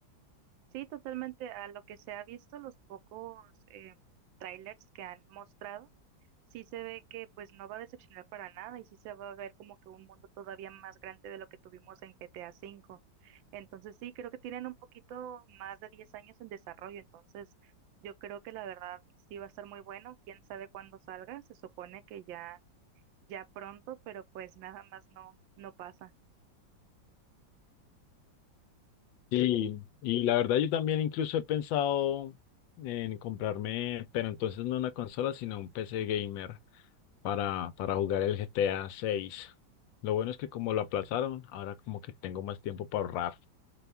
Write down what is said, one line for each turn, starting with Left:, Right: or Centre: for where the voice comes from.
Right: Sí, totalmente. A lo que se ha visto, los pocos em, trailers que han mostrado, sí se ve que pues no va a decepcionar para nada y sí se va a ver como que un mundo todavía más grande de lo que tuvimos en GTA V. Entonces sí, creo que tienen un poquito más de 10 años en desarrollo. Entonces yo creo que la verdad sí va a estar muy bueno. Quién sabe cuándo salga. Se supone que ya ya pronto, pero pues nada más no, no pasa.
Left: Y, y la verdad yo también incluso he pensado en comprarme, pero entonces no una consola, sino un P C gamer para, para jugar el GTA seis Lo bueno es que como lo aplazaron, ahora como que tengo más tiempo para ahorrar.